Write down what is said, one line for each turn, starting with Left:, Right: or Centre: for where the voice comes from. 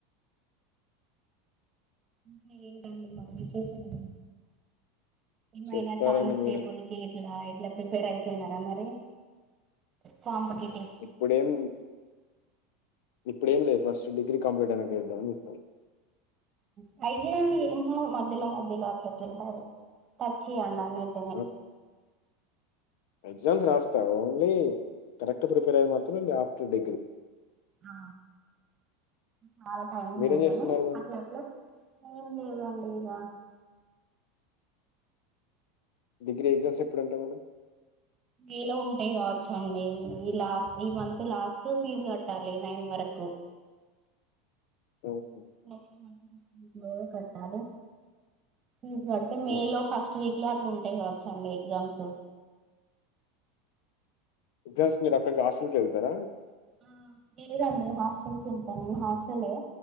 Right: నీ ఏంటండి మరి విశేషాలు ఇమైనా
Left: చెప్పాలండి
Right: కాన్స్టేబుల్కి
Left: మీరే.
Right: ఇట్లా రాయ్ ఇట్లా ప్రిపేర్ అయితున్నారా మరి పాంబకి
Left: ఇప్పుడేం ఇప్పుడేం లేదు ఫస్ట్ డిగ్రీ కంలీట్ అయినాకా చేద్దాం అని చుతన
Right: ట్రై చేయండి ఏ మధ్యలో మధ్యలో అట్లా తింటారు టచ్ చేయ్యడా ఇతమై
Left: ఆ! ఎగ్జామ్స్ రాస్తా ఓన్లీ కరక్ట్ ప్రిపేర్యయి మ మాత్రం యా తు డిగ్రీ
Right: ఆ చాలా టైం ఉన్నది
Left: మీరేం చేస్తున్నారు
Right: గానీ
Left: మరి?
Right: అట్లా అట్లా ఏం లేదండి ఇక
Left: డిగ్రీ ఎగ్జామ్స్ ఎప్పుడంటా మరీ
Right: వీలో ఉంటాయి కావచ్చ అండి ఈ లాస్ట్ ఈ మంత్ లాస్ట్ ఫీజు కట్టాలి నైన్ వరకు
Left: ఓకే.
Right: నెక్స్ట్ మ్యాన్ బో కట్టలీ ఫీజ్ కడితే మే
Left: ఆ!
Right: లో ఫస్ట్ వీక్ ఇట్లా అట్లు ఉంటాయి కావచ్చ అండి ఎగ్జామ్స్
Left: జన్స్ మీరు అక్కడికి హాస్టల్కి వెళ్తారా
Right: <inaudible> <inaudible> హాస్టల్ ఎ